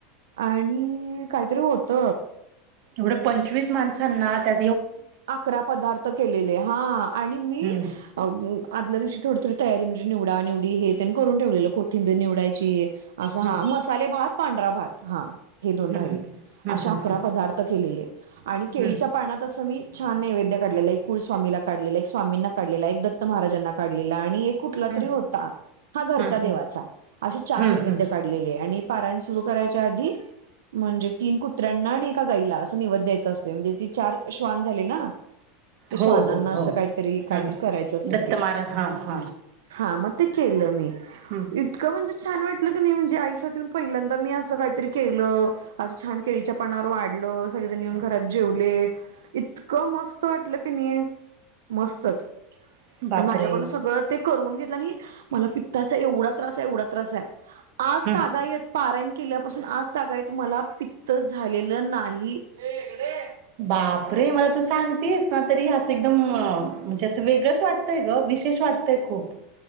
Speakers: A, on the right; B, on the right.
A: आणि काहीतरी होत.
B: एवढं पंचवीस माणसांना त्या.
A: अकरा पदार्थ केलेले हा आणि मी
B: हं
A: आदल्या दिवशी थोडी थोडी तयारी म्हणजे निवडा निवडी हे त्यांनी करून ठेवलेलं. कोथिंबीर निवडायची असं हा.
B: हं
A: मसाले भात, पांढरा भात हा. हे दोन
B: हं
A: राहिले.
B: हं हं
A: अशे
B: हं हं
A: अकरा पदार्थ केलेले आणि केळीच्या
B: हं हं.
A: पाण्यात असं मी छान! नैवेद्य काढले आहे, एक कुळ स्वामीला काढलेला एक स्वामींना काढलेला एक दत्त महाराजांना काढलेला आणि एक कुठला
B: हं
A: तरी होता? हा घरच्या
B: हं
A: देवाचा
B: हं
A: असे चार
B: हं
A: नैवेद्य
B: हं
A: काढलेले आहे, आणि पारायण सुरू करायच्या आधी म्हणजे तीन कुत्र्यांना आणि एका गाईला असं निवद द्यायचं असतोय म्हणजे ती चार श्वान <unintelligible> ना ते श्वावांना
B: हो हो
A: असं
B: हो
A: काय तरी, काय
B: हं.
A: तर कराचं असं
B: दत्त
A: ते.
B: महाराज हां हां.
A: हा, मग ते केलं मी
B: हं.
A: इतकं म्हणजे छान! वाट वाटलं की नाही, म्हणजे आयुष्यात येवून पहिल्यांदा मी असं काही तरी केलं असं छान! केळीच्या पानावर वाढलं सगळे जण येऊन घरात जेवलीत इतकं मस्त वाटलं की नाही, मस्तच!
B: बापरे!
A: माझ्याकडून सगळं ते करून घेतलं आणि मला प त्याचा एवढा त्रास आहे एवढा त्रास आहे, आज
B: हं.
A: तागायत पारायण केल्यापासून आज तागायत मला पित्त झालेलं नाही, ये इकडे ये.
B: बापरे! मला तू सांगतीयेस ना, तरी असं एकदम म्हणजे असं वेगळंच वाटतयं गं. विशेष वाटतंय खूप